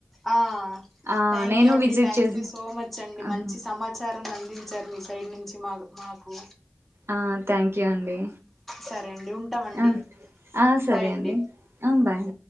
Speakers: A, in the centre; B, on the right.
A: ఆ
B: ఆ
A: థ్యాంక్
B: నేను
A: యూ అండి.
B: విజిట్
A: థ్యాంక్
B: చేసి
A: యూ సో మచ్ అండి.
B: ఆహా!
A: మంచి సమాచారాన్ని అందించారు. మీ సైడ్ నుంచి మాకు, మాకు
B: ఆ థ్యాంక్ యూ అండి.
A: సరే అండి ఉంటామండి
B: ఆ ఆ! సరే
A: బాయ్ అండి.
B: ఆ! బాయ్